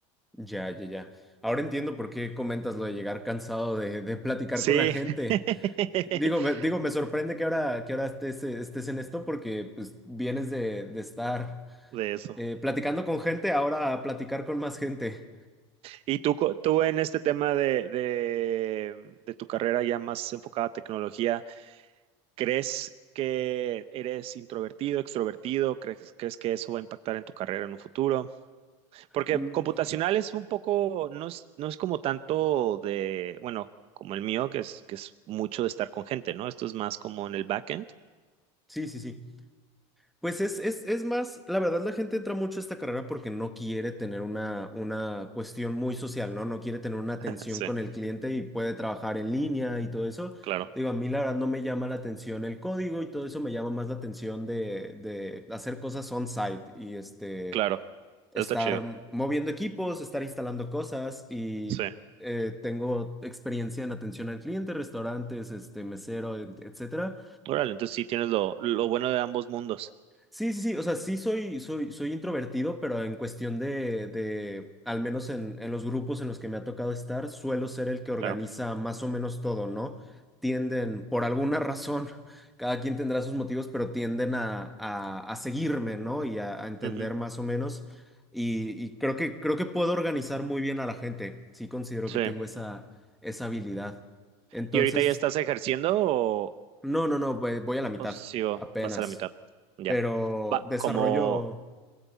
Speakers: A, in the centre; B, on the right.
A: ya, ya, ya. Ahora entiendo por qué comentas lo de llegar cansado de, de platicar
B: Sí,
A: con la gente.
B: <laughs>
A: Digo, me, digo, me sorprende que ahora, que ahora estés, eh, estés en esto porque pues, vienes de, de estar
B: de eso.
A: eh, platicando con gente, ahora a platicar con más gente.
B: ¿Y tú, co- tú en este tema de, de, de tu carrera ya más enfocada a tecnología, crees que eres introvertido, extrovertido? ¿Crees, crees que eso va a impactar en tu carrera en un futuro? Porque
A: Mm,
B: computacional es un poco, no es, no es como tanto de, bueno, como el mío, que es, que es mucho de estar con gente, ¿no? Esto es más como en el backend.
A: sí, sí, sí. Pues es, es, es más, la verdad la gente entra mucho a esta carrera porque no quiere tener una, una cuestión muy social, ¿no? No quiere tener una
B: <laughs>
A: atención
B: Sí,
A: con el cliente y puede trabajar en línea y todo eso.
B: claro,
A: Digo, a mí la verdad no me llama la atención el código y todo eso me llama más la atención de, de hacer cosas on-site y este,
B: claro.
A: estar
B: Eso está chido.
A: moviendo equipos, estar instalando cosas y
B: Sí.
A: eh, tengo experiencia en atención al cliente, restaurantes, este, mesero, et- etcétera.
B: Órale, entonces sí tienes lo, lo bueno de ambos mundos.
A: Sí, sí, sí, o sea, sí soy, soy, soy introvertido, pero en cuestión de, de, al menos en, en los grupos en los que me ha tocado estar, suelo ser el que organiza
B: Claro.
A: más o menos todo, ¿no? Tienden, por alguna razón, <laughs> cada quien tendrá sus motivos, pero tienden a, a- a seguirme, ¿no? Y a, a entender
B: Ujú,
A: más o menos. Y, y creo que, creo que puedo organizar muy bien a la gente. Sí considero
B: Sí.
A: que tengo esa, esa habilidad. Entonces,
B: ¿Y ahorita ya estás ejerciendo o,
A: no, no, no, voy voy a la mitad,
B: o sí, o
A: apenas
B: vas a la mitad? Ya.
A: pero
B: Va,
A: desarrollo.
B: como,